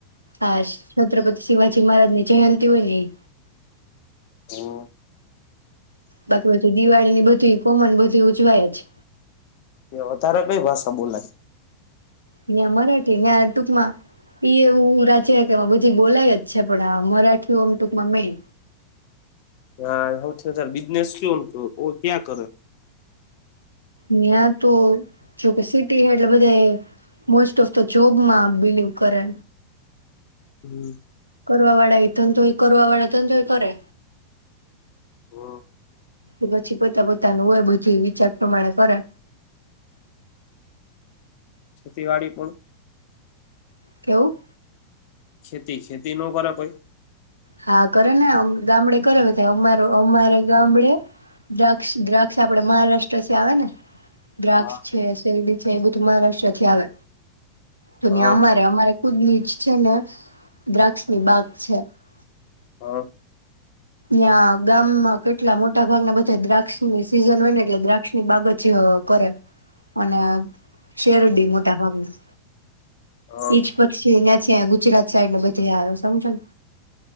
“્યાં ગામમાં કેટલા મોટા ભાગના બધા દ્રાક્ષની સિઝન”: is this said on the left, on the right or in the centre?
Right